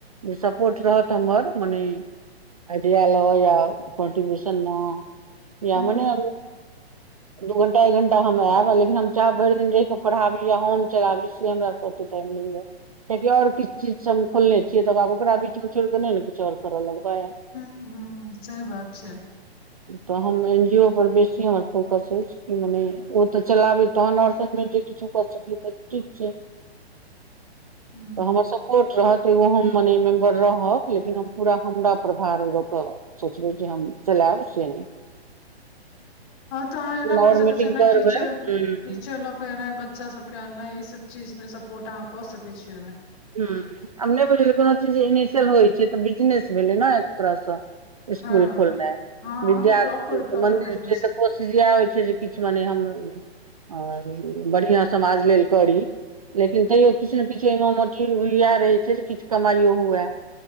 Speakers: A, on the right; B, on the left.
A: जे सपोर्ट रहत हमर मनेई आइडिया लगेय कन्ट्रब्यूशन म या
B: हूँ
A: मने। दू घंटा एक घंटा हम ऐब लेकिन हम चाहब भरि दिन रहि कऽ पढ़ाबी या हम चलाबी। से हमरा स ओते टाइम नइ य किआकि आओर किछ चीज सब हम खोलने छियै तब आब ओकरा बीच मे छोड़िक नै न किछ आओर करऽ लगबै।
B: हुं हुं सही बात छै।
A: तऽ हम एन जी ओ पर बेसी हमर फोकस ऐछ। कि मने ओ तऽ चलाबी तहन और सब मे जे किछु क सकी तऽ ठीक। के।
B: हूं
A: तऽ हमर सपोर्ट रहत एगो हम मने मेम्बर रहब लेकिन हम पूरा हमरा पर भार दऽ कऽ। सोचबै कि हम चलैब से नै।
B: हँ तऽ अहाँ एना क
A: आओर
B: सकै
A: मीटिंग
B: छियै ने
A: करबै
B: टीचर
A: हूँ
B: टीचर लँ क एनाई बच। बच्चा सब के अन्नाइ ई सब चीज में सपोर्ट अहाँ क सकै छीयै ओइमे।
A: हूं आब नहि बुझलियै कोनो चीज इनिशियल होइ छै तऽ बिजनेस भेलै ने एक तरह सँ। इसकुल
B: हँ
A: खोलनाई
B: हँ
A: विद्याक
B: प्रॉपर प्रॉपर
A: मंदिर
B: बिजनेस
A: छै तऽ कोशिश यैह होइ छै जे किछ मने हम। आर बढ़िया समाज लेल करी। लेकिन तैयो किछ ने किछ एहिमे हमर। तील भील इएह रहै छै जे किछु कमाइयो हुए।